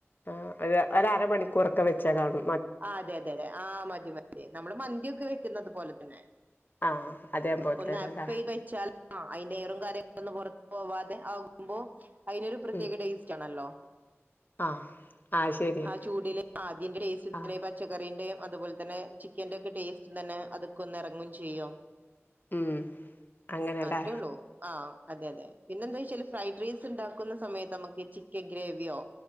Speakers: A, on the left (about 40°); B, on the right (about 35°).
A: ആഹ് ഒര് ഒരരമണിക്കൂറൊക്കെ വെച്ചാ കാണു
B: ആഹ് അതെ അതെ അതെ ആഹ് മതി മതി നമ്മള് മന്തിയൊക്കെ വെ യ്ക്കുന്നത് പോലെ തന്നെ
A: ആഹ് അതേപോലെ
B: ഒന്ന്
A: തന്നെല്ലേ
B: ആപ്പ് ചെയ്ത് വെച്ചാലോ അയിന്റെ എയറും കാര്യങ്ങളൊന്ന് പൊറ പോവാതെ ആകുമ്പോ അയിനൊരു പ്രത്യേക
A: ഉം
B: ടേസ്റ്റ് ആണല്ലോ
A: ആഹ് ആഹ് ശരിയാണ്
B: ആ ചൂടില് ആദ്യന്റെ ടേസ്റ്റ്
A: ആഹ്
B: <unintelligible> പച്ചകറീന്റെ അതുപോലെ തന്നെ ചിക്കന്റെ ഒക്കെ ടേസ്റ്റ് തന്നെ അതൊക്കൊന്ന് എറങ്ങും ചെയ്യും
A: ഉം അങ്ങനെല്ലേ
B: അത്രേ ഉള്ളൂ. ആ അതെ അതെ പിന്നെ എന്താ വെച്ചല് ഫ്രൈഡ് റൈസ് ഉണ്ടാക്കുന്ന സമയത്ത് നമുക്ക് ചിക്കൻ ഗ്രേവിയോ